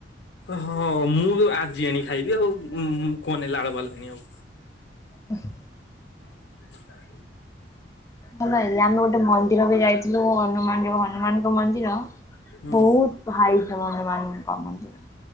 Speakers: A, on the left; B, on the left.
A: ହଁ ମୁଁ ଆଜି ଆଣି ଖାଇବି ଆଉ ଉଁ କଣ ନେଲା ଲାଳୁ <inaudible>
B: ବାଃ।
A: <inaudible>
B: ଭଲ ହେଇ <inaudible> ମେ ଗୋଟେ ମନ୍ଦିର ବି ଯାଇଥିଲୁ ହନୁମାନ ଯୋଉ ହନୁମାନ। ମନ୍ଦିର
A: ହୁଁ।
B: ବହୁତ ହାଇଟ ହନୁମାନଙ୍କ ମନ୍ଦିର।